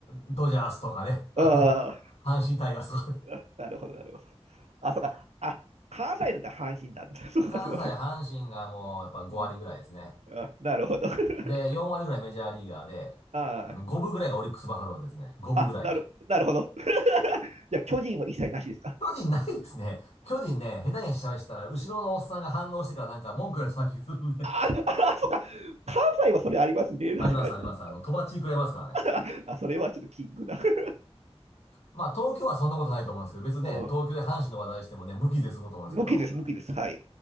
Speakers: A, on the left; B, on the right.
A: ん、ドジャースとかね。あの、
B: あ
A: 阪神タイガースとかね。い
B: ーなるほど、なるほど。あ、そうか。
A: や
B: あ、関西だったら阪神なんだ。<laughs> そうか、
A: 関西阪神がもうやっぱ5割ぐらいですね。
B: そうか。うんあ、なるほど。<laughs>
A: で、4割ぐらいメジャーリーガーで、
B: あー
A: あの、5分ぐらいがオリックスバファローズですね。5分ぐらいが。
B: あ、なる、なるほど。<laughs> じゃあ、巨人は一切なしですか
A: 巨人ないですね。巨人ね、下手に喋したら、後ろのおっさんが反応してからなんか文句言われそうな気がするんで
B: ああ、
A: <laughs>
B: そっか。関西はそれありますね。確かに。
A: あります、あります。あの、とばっちり食らいますからね。
B: <laughs> あ、それはちょっとキングだ。<laughs>
A: まあ、東京はそんなことないと思うんですけど、別にね、
B: うん
A: 東京で阪神の話題してもね、無傷で済むと思うんですけど、
B: 無きです、無きです。はい。